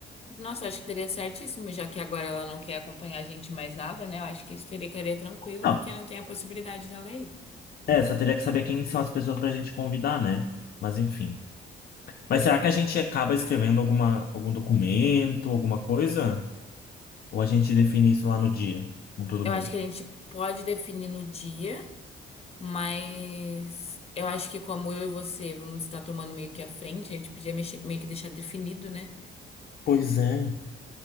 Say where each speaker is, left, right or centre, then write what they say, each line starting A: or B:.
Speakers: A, on the left; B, on the left.
A: Nossa, acho que daria certíssimo, já que agora ela não quer acompanhar a gente em mais nada, né? Eu acho que isso ficaria tranquilo,
B: Não,
A: porque não tem a possibilidade dela ir.
B: é, só teria que saber quem são as pessoas pra gente convidar, né? Mas enfim. Mas será que a gente acaba escrevendo alguma, algum documento, alguma coisa? Ou a gente define isso lá no dia, com todo
A: Eu
B: mundo?
A: acho que a gente pode definir no dia, mas eu acho que como eu e você vamos estar tomando meio que à frente, a gente podia mexer- meio que deixar definido, né?
B: Pois é.